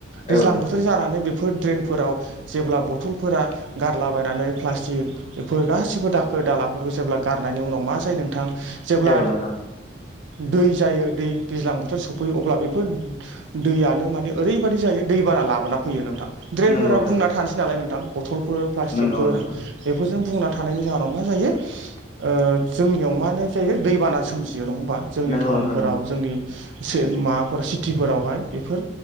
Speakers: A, on the left; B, on the right.
A: औ
B: दैज्लां
A: नोंथां
B: बोथोर जानानै बै फोर ड्रेनफोराव जेब्ला बथलफोरा गारलाबायनानै प्लास्टिक बेफोर गासिबो दाखोर दालाफोरखौ जेब्ला गारनायनि उनाव मा जायो नोंथां जेब्ला
A: औ नोंथां
B: दै जायो दै दैज्लां बोथोर सफैयो अब्ला बेफोर दैयानो माने ओरैबायदि जायो दै बाना लाबोना फैयो नोंथां ड्रेनफोरा
A: नंगौ नोंथां
B: बुंना थानोसै नालाय नोंथां बथलफोर प्लास्टिकफोर
A: नंगौ नोंथां
B: बेफोरजों बुंना थानायनि जाहोनाव मा जायो ओ जोंनियाव मा नो जायो दैबाना सोमजि जियो नङा होनबा जोंनि
A: नंगौ
B: टाउनफोराव
A: नोंथां नंगौ
B: जोंनि सि माबाफोर सिटिफोरावहाय बेफोर